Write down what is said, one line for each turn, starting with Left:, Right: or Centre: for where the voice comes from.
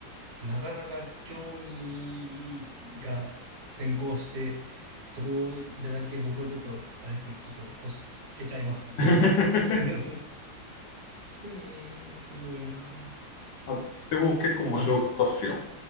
Right: なかなか興味が先行して、そこでだけ僕はちょっと、あれですね、ちょっと腰引けちゃいますね。
Left: <laughs>
Right: き <laughs> ええー、すごいな。
Left: あでも結構面白かったっすよ。
Right: はい。